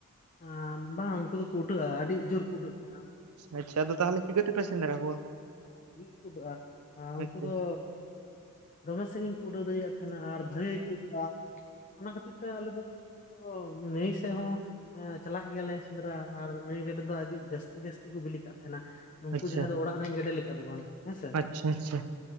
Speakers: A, on the left (about 35°); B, on the right (about 70°).
A: ᱟᱸ ᱵᱟᱝ ᱩᱱᱠᱩ ᱫᱚᱠᱚ ᱩᱰᱟᱹᱜᱼᱟ, ᱟᱹᱰᱤ ᱡᱳᱨ ᱠᱚ ᱩᱰᱟᱹᱜ ᱛᱟᱦᱮᱸᱱᱟ᱾
B: ᱟᱪᱪᱷᱟ, ᱟᱫᱚ ᱛᱟᱦᱚᱞᱮ ᱪᱤᱠᱟᱹ ᱛᱮᱯᱮ ᱥᱮᱸᱫᱨᱟ ᱠᱚᱣᱟ?
A: <unintelligible> ᱠᱚ ᱩᱰᱟᱹᱜᱼᱟ ᱟᱨ ᱩᱱᱠᱩ
B: ᱟᱪᱪᱷᱟ
A: ᱫᱚᱼᱼ ᱫᱚᱢᱮ ᱥᱟᱺᱜᱤᱧ ᱠᱚ ᱩᱰᱟᱹᱣ ᱫᱟᱲᱮᱭᱟᱜ ᱛᱟᱦᱮᱱᱟ ᱟᱨ ᱵᱷᱟᱹᱜᱤ ᱜᱮᱠᱚ ᱩᱰᱟᱹᱜᱼᱟ᱾ ᱚᱱᱟ ᱠᱷᱟᱹᱛᱤᱨ ᱛᱮ ᱟᱞᱮ ᱫᱚ ᱞᱟᱹᱭ ᱠᱮᱫᱟ ᱠᱚ ᱞᱟᱹᱭ ᱱᱮᱥ ᱦᱚᱸ ᱦᱮᱸ ᱪᱟᱞᱟᱜ ᱜᱮᱭᱟᱞᱮ ᱥᱮᱸᱫᱽᱨᱟ ᱟᱨ ᱱᱟᱹᱭ ᱜᱮᱰᱮ ᱫᱚ ᱟᱹᱰᱤ ᱡᱟᱹᱥᱛᱤ ᱡᱟᱹᱥᱛᱤ ᱠᱚ ᱵᱤᱞᱤ ᱠᱟᱜ ᱛᱟᱦᱮᱸᱱᱟ᱾ ᱱᱩᱠᱩ
B: ᱟᱪᱪᱷᱟ
A: ᱡᱟᱦᱟᱸᱭ ᱫᱚ ᱚᱲᱟᱜ ᱨᱮᱱ ᱜᱮᱰᱮ ᱞᱮᱠᱟ ᱫᱚ ᱵᱟᱝ? ᱦᱮᱸᱥᱮ
B: ᱟᱪᱪᱷᱟ ᱟᱪᱪᱷᱟ᱾